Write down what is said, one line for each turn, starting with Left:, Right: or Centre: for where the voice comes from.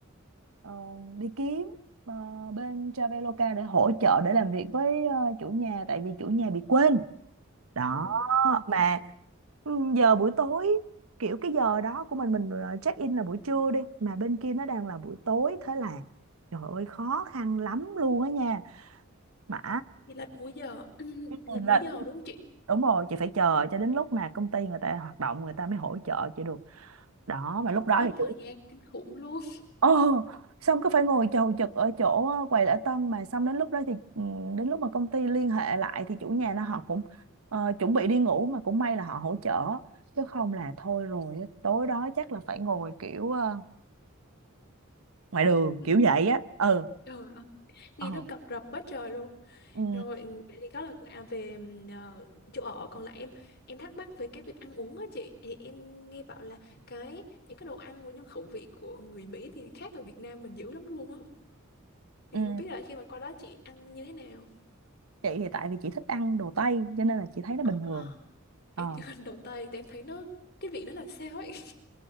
Right: ờ, đi kiếm ờ, bên Traveloka để hỗ trợ để làm việc với ờ, chủ nhà tại vì chủ nhà bị quên đó
Left: Ừ,
Right: mà ừ, giờ buổi tối kiểu cái giờ đó của mình mình ờ, check in là buổi trưa đi mà bên kia nó đang là buổi tối thế là trời ơi khó khăn lắm luôn á nha mà
Left: Đi lật múi giờ, <clears throat>
Right: ừ,
Left: lật
Right: là
Left: múi giờ đúng không chị?
Right: đúng rồi chị phải chờ cho đến lúc mà công ty người ta hoạt động người ta mới hỗ trợ chị được đó mà lúc đó
Left: Mất
Right: thì
Left: thời gian kinh khủng luôn.
Right: Ờ, xong cứ phải ngồi chầu chực ở chỗ ờ, quầy lễ tân mà xong đến lúc đó thì ừ, đến lúc mà công ty liên hệ lại thì chủ nhà nó họ cũng ờ, chuẩn bị đi ngủ mà cũng may là họ hỗ trợ chứ không là thôi rồi á, tối đó chắc là phải ngồi kiểu ờ, ngoài đường
Left: <laughs> Ừ,
Right: kiểu vậy á ừ
Left: Trời ơi, nghe
Right: ờ
Left: nó cập rập quá trời luôn.
Right: ừ,
Left: Rồi ừ, vậy thì đó là à, về ừm, ờ, chỗ ở còn lại em em thắc mắc về cái việc ăn uống á chị thì em nghe bảo là cái những cái đồ ăn của những khẩu vị của người Mỹ thì khác ở Việt Nam mình dữ lắm luôn á thì
Right: ừ.
Left: không biết là khi mà qua đó chị ăn như thế nào
Right: chị thì tại vì chị thích ăn đồ Tây cho nên là chị thấy nó bình
Left: À,
Right: thường
Left: em
Right: ờ
Left: chưa ăn đồ Tây thì em thấy nó cái vị nó làm sao ấy